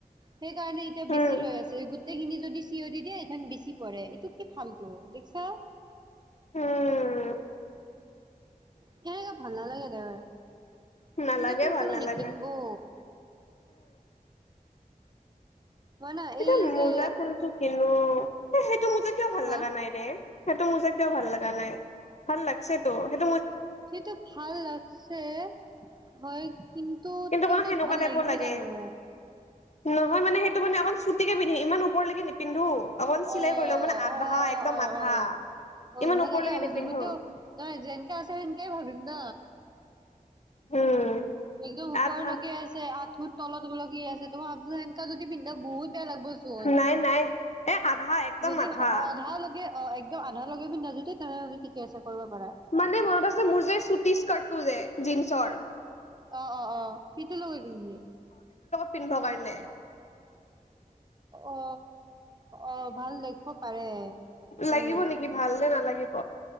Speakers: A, on the right; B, on the left.
A: সেইকাৰণে এতিয়া বেছি
B: উম
A: গোটেইখিনি যদি চিঞ দি দিয়ে এইখান বেছি পৰে এইটো কি ফালতটো দেখছা।
B: উম।
A: তেনেকে ভাল নালাগে দে।
B: নালাগে
A: এনেকা চোন
B: ভাল
A: কোনো
B: নালাগে
A: নিকিনবও। না
B: এইজে
A: এই যে
B: মোজা কোনটো কিনো সেইটো মোজা কিয় ভাল
A: হা
B: লগা নাই ৰে? সেইটো মোজা কিও ভাল লগা নাই ভাল লাগছে তো ।
A: সেইটো ভাল লাগছে হয় কিন্তু তোৰ
B: অকণ
A: তাত
B: সেনেকুৱা
A: ভাল
B: টাইপৰ
A: লাগিব
B: লাগে
A: জানো?
B: নহয় মানে সেইটো মানে অক চুটি কে পিন্ধিম ইমান ওপৰলৈকে নিপিন্ধো। অকণ
A: অ
B: চিলাই
A: অ
B: কৰি লওঁ মানে আধা
A: অ
B: একদম
A: অ অ
B: আধা
A: অ অ
B: ইমান
A: মই
B: ওপৰলৈকে
A: তাকে ভাবিছো
B: নিপিন্ধো
A: গোটেইও নহয় যেনকে আছে সেনেকেই ভাবিম ন।
B: উম
A: একদম ওপৰলৈকে
B: আধা
A: আছে আঁঠুৰ তলত লগকি আছে। তে ময় ভবছো মেনেকা জদি পিনধা বহুত তেতিয়া লাগিব চোন
B: নাই নাই এ আধা একদম
A: যদি
B: আধা
A: অধাালৈকে অ একদম আধা লগে পিনধা জদি তেনেহ'লে ঠিকে আছে। কৰিব পাৰা
B: মানে মনত আছে মোৰ যে চুটি স্কাৰ্ট টো যে? জিনছৰ
A: অ অ অ সিটো লগত পিন্ধিবি?
B: পিনভ কাৰনে।
A: অ। অ ভাল দেখব পাৰে।
B: লাগিব
A: উম
B: নেকি ভাল নে নালাগিব?